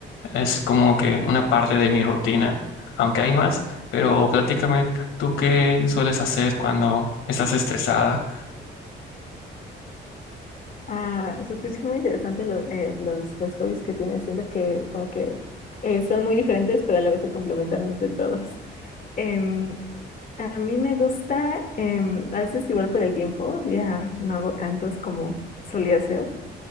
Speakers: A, on the left; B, on the left.
A: Es como que una parte de mi rutina, aunque hay más, pero platícame, ¿tú qué sueles hacer cuando estás estresada?
B: Ah, se escucha muy interesante lo- eh, los, los hobbies que tienes. Siento que como que eh, son muy diferentes, pero a la vez se complementan entre todos. <laughs> Em, a mí me gusta, em, a veces igual por el tiempo, ya no hago tantos como solía hacer,